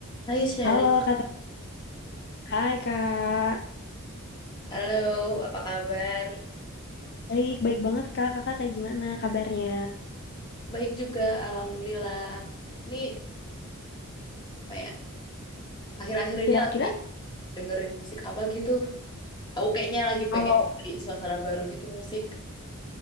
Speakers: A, on the left (about 20°); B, on the left (about 50°).
A: Hai Sherry,
B: Halo Kak, Ta- hai Kak.
A: Halo, apa kabar?
B: Baik, baik banget Kak. Kakak kayak gimana kabarnya?
A: baik juga, alhamdulillah. Ini apa ya? Akhir-akhir ini
B: Kira-kira
A: lagi dengerin musik apa gitu? Aku kayaknya lagi pengen
B: kalau
A: cari suasana baru gitu musik.